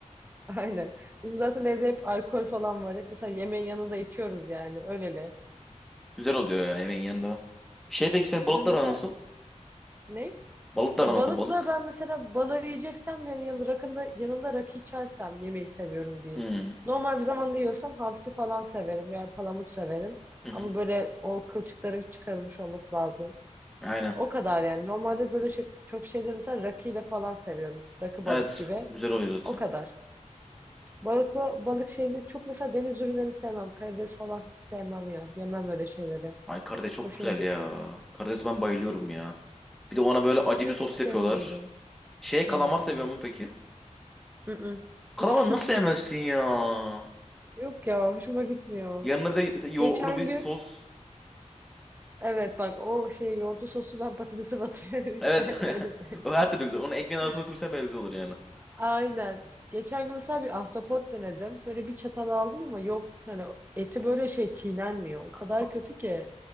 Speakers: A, on the right; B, in the centre.
A: <laughs> Aynen. Bizim zaten evde hep alkol falan var. Hep mesela yemeğin yanında içiyoruz yani öyleli.
B: <laughs> Güzel oluyor ya yemeğin yanında. bak. Şey peki senin balıklar
A: Dün mesela
B: aran nasıl?
A: Ne?
B: Balıklar
A: Ya
B: aran nasıl
A: balıkla
B: balık?
A: ben mesela balığı yiyeceksem yani yanında, rakında, yanında rakı içersem yemeği seviyorum diyeyim.
B: Hmm.
A: Normal bir zamanda yiyorsam hamsi falan severim veya palamut severim.
B: Hı
A: Ama
B: hı.
A: böyle o kılçıkları çıkarılmış olması lazım.
B: Aynen.
A: O kadar yani. Normalde böyle şey, çok şeyleri mesela rakıyla falan seviyorum. Rakı balık
B: Evet.
A: gibi.
B: Güzel oluyor zaten.
A: O kadar. Balıkla, balık şeyini çok mesela deniz ürünlerini sevmem. Karides falan hiç sevmem ya. Yemem öyle şeyleri.
B: Ay karides çok
A: Hoşuma
B: güzel
A: gitmiyor.
B: ya. Karides ben bayılıyorum ya. Bir de ona böyle acı
A: Ben
B: bir sos
A: çok sevmiyorum.
B: yapıyorlar. Şey kalamar
A: Hmm.
B: seviyor mu peki?
A: Mm-mm.
B: Kalamar
A: <laughs>
B: nasıl sevmezsin ya?
A: Yok ya hoşuma gitmiyor.
B: Yanına bir de, bir de yoğurtlu
A: Geçen
B: bir
A: gün
B: sos.
A: evet bak o şey yoğurtlu sosu ben patatese batırıyorum işte
B: Evet.
A: <laughs>
B: <laughs>
A: öyle söyleyeyim.
B: O her türlü güzel. Onu ekmeğin arasına
A: <laughs>
B: sürsen bile güzel olur yani.
A: Aynen. Geçen gün mesela bir ahtapot denedim. Böyle bir çatal aldım ama yok hani eti böyle şey çiğnenmiyor. O kadar
B: A-
A: kötü ki